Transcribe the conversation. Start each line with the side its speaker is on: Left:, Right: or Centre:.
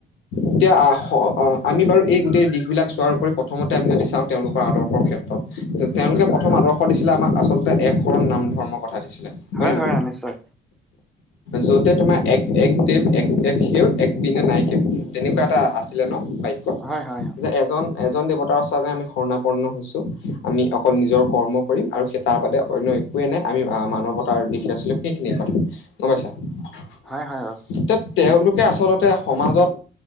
Left: এতিয়া আহ আমি বাৰু এই গোটেই দিশ বিলাক চোৱাৰ উপৰি, প্ৰথমতে আমি যদি চাওঁ তেওঁলোকৰ আদৰ্শৰ ক্ষেত্ৰত, তেওঁলোকে প্ৰথম আদৰ্শ দিছিলে আমাক আচলতে এক শৰণ নাম ধৰ্মৰ কথা দিছিলে।
Centre: হয়,
Left: নে নহয়
Centre: হয়, নিশ্চয়।
Left: য'তে তোমাৰ এক-এক দেৱ এক-এক সে এক বিনে নাই কেও, তেনেকুৱা এটা আছিলে ন বা ক্য,
Centre: হয় হয় অ
Left: যে এজন এজন দেৱতাৰ ওচৰতে আমি শৰ্ণাপৰ্ন হৈছো। আমি অকল নিজৰ কৰ্ম কৰিম আৰু সেইটো তাৰ বাদে অন্য একোৱেই নাই, আমি মানৱতাৰ দিশে চলিম, সেইখিনিয়ে কথা গম পাইছা।
Centre: হয়, হয়, অ।
Left: তে-তেওঁলোকে আচলতে সমাজত